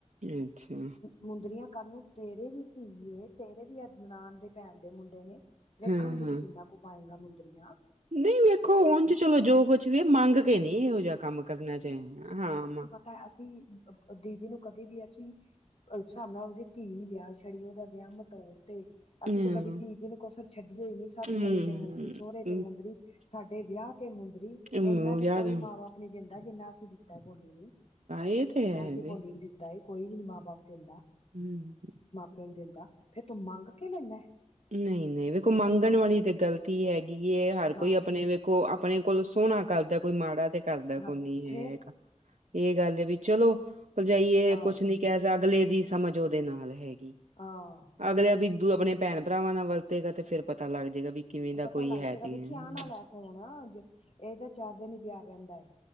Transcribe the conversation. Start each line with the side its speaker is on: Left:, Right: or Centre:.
Right: ਅੱਛਾ।
Left: ਮੁੰਦਰੀਆਂ ਕਲ ਨੂੰ ਤੇਰੇ ਵੀ ਧੀ ਐ, ਤੇਰੇ ਵੀ ਅੱਠ ਨਨਾਣ ਦੇ ਭੈਣ ਦੇ ਮੁੰਡੇ ਨੇਂ। ਵੇਖਾਂਗੇ
Right: ਹਾਂ-ਹਾਂ
Left: ਤੂ ਕਿੰਨਾ ਕੁ ਪਾਏਗਾ ਮੁੰਦਰੀਆਂ।
Right: ਨਹੀਂ ਵੇਖੋ ਉਝ
Left: ਹੈਂ
Right: ਤੇ ਚਲੋ ਜੋ ਕੁਛ ਵੀ ਏ ਮੰਗ ਕੇ ਨਹੀਂ ਇਹੋ ਜਿਹਾ ਕੰਮ ਕਰਨਾ ਚਾਹਿਦਾ, ਹਾਂ ਮਾਂ।
Left: ਤਾਂ ਅਸੀ ਅ ਅ, ਦੀਦੀ ਨੂੰ ਕਦੇ ਵੀ ਅਸੀ ਇਸ ਹਿਸਾਬ ਨਾਲ ਉਹਦੀ ਧੀ ਨੂੰ <unintelligible> ਆਮ ਤੋੌਰ ਤੇ।
Right: ਹੂੰ
Left: ਅਸੀ ਤੇ ਕਦੀ ਕੀਰਤੀ ਨੂੰ ਕਸਰ ਛੱਡੀਓ ਈ ਨੀ, ਸੱਸ
Right: ਹੂੰ
Left: ਮਰੀ ਤੇ ਮੁੰਦਰੀ, ਸੋਹਰੇ ਤੇ ਮੁੰਦਰੀ। ਸਾਡੇ ਵਿਆਹ ਤੇ ਮੁੰਦਰੀ,
Right: ਹੂੰ,
Left: ਇੰਹਨਾ ਤੇ
Right: ਯਾਦ
Left: ਕੋਈ
Right: ਹਾਂ
Left: ਮਾਂ ਬਾਪ ਨੀ ਦਿੰਦਾ ਜਿੰਹਨਾ ਅਸੀ ਦਿ ਤਾ ਭੋਲੀ ਨੂੰ,
Right: ਇਹ ਤੇ
Left: ਜਿੰਹਨਾ
Right: ਹੈ
Left: ਅਸੀ
Right: ਵੀ
Left: ਭੋਲੀ ਨੂੰ ਦਿੱਤਾ ਐ ਕੋਈ ਵੀ ਨੀ ਮਾਂ ਬਾਪ ਦਿੰਦਾ।
Right: ਹਮ।
Left: ਕੋਣ ਦਿੰਦਾ, ਫੇਰ ਤੂ ਮੰਗ ਕੇ ਲੈਂਦਾ ਐ?
Right: ਨਹੀਂ-ਨਹੀਂ ਵੇਖੋ ਮੰਗਣ ਵਾਲੀ ਤੇ ਗਲਤੀ ਹੈਗੀ ਐ, ਹਰ
Left: ਹਾਂ
Right: ਕੋਈ ਆਪਨੀ ਕੋ ਆਪਣੇ ਕੋਲ ਸੋਹਣਾ ਕਰਦਾ, ਕੋਈ ਮਾੜਾ ਤੇ ਕਰਦਾ ਕੋਈ
Left: ਹਾਂ
Right: ਨੀ ਹੀਂ
Left: ਫੇਰ
Right: ਹੈਗਾ। ਇਹ ਗੱਲ ਏ ਵੀ ਚਲੋ ਭਰਜਾਈ ਏ
Left: ਆਹ
Right: ਕੁੱਛ ਨੀ। ਕਿ ਇਸ ਅਗਲੇ ਦੀ ਸਮਝ ਉਹਦੇ ਨਾਲ ਹੈਗੀ।
Left: ਆਹੰ।
Right: ਅਗਲਾ ਬਿੱਜੂ ਆਪਨੀ ਭੈਣ ਭਰਾਵਾਂ ਨਾਲ ਵਰਤੇਗਾ, ਤੇ ਫਿਰ ਪਤਾ ਲੱਗ ਜਾਏਗਾ ਵੀ। ਕਿਵੇਂ ਦਾ
Left: ਪਤਾ
Right: ਕੋਈ
Left: ਲੱਗ
Right: ਹੈ
Left: ਜਾਏਗਾ
Right: ਤੇ
Left: ਵੇਖਿ
Right: ਹੂੰ
Left: ਆਉਨ ਆਲਾ ਏ ਫੋਨ ਅੱਜ, ਇਹ ਤਾ ਚਾਰ ਦਿਨ ਹੀ ਪਿਆਰ ਰਹਿੰਦਾ ਐ।